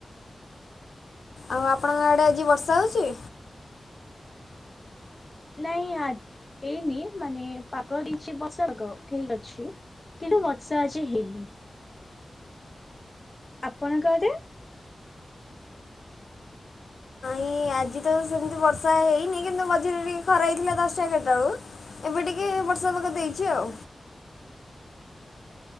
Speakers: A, on the left (about 80°); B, on the left (about 25°).
A: ଆଉ ଆପଣଙ୍କ ଆଡ଼େ ଆଜି ବର୍ଷା ହଉଛି?
B: ନାଇଁ ଆ ହେଇନି ମାନେ ପାଗ ଦେଇଛି ବର୍ଷା ପାଗ ଠିକ୍ ଅଛି। କିନ୍ତୁ ବର୍ଷା ଆଜି ହେଇନି। ଆପଣଙ୍କ ଆଡେ?
A: ଇଁ ଆଜି ତ ସେମିତି ବର୍ଷା ହେଇନି କିନ୍ତୁ ମଝିରେ ଟିକେ ଖରା ହେଇଥିଲା ଦଶଟା ଏଗାରଟା ବେଳକୁ। ଏବେ ଟିକେ ବର୍ଷା ପାଗ ଦେଇଛି ଆଉ।